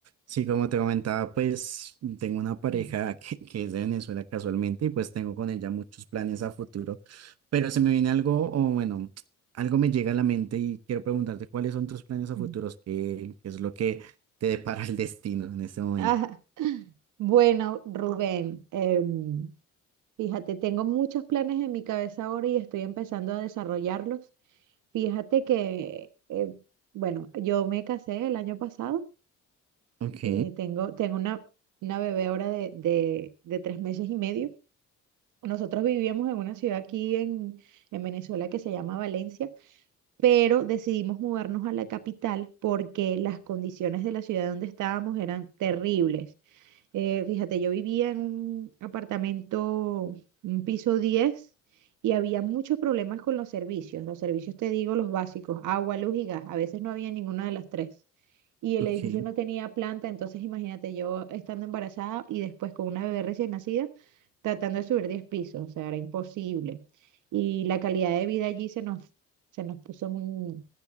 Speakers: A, on the right; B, on the right.
A: Sí, como te comentaba, pues tengo una pareja
B: Mm,
A: que, que es de Venezuela casualmente y pues tengo con ella muchos planes a futuro, pero se me viene algo, o bueno, algo me llega a la mente y quiero preguntarte cuáles son tus planes a
B: mm.
A: futuros, qué, qué es lo que te depara el destino en este momento.
B: Ajá. Bueno, Rubén, em, fíjate, tengo muchos planes en mi cabeza ahora y estoy empezando a desarrollarlos. Fíjate que, eh, bueno, yo me casé el año pasado,
A: Ok,
B: eh, tengo, tengo una, una bebé ahora de, de, de tres meses y medio. Nosotros vivíamos en una ciudad aquí en, en Venezuela que se llama Valencia, pero decidimos mudarnos a la capital porque las condiciones de la ciudad donde estábamos eran terribles. Eh, fíjate, yo vivía en un apartamento, un piso diez y había muchos problemas con los servicios. Los servicios, te digo, los básicos, agua, luz y gas. A veces no había ninguna de las tres. Y el
A: ok,
B: edificio no tenía planta, entonces imagínate yo estando embarazada y después con una bebé recién nacida, tratando de subir 10 pisos, o sea, era imposible. Y la calidad de vida allí se nos, se nos puso muy,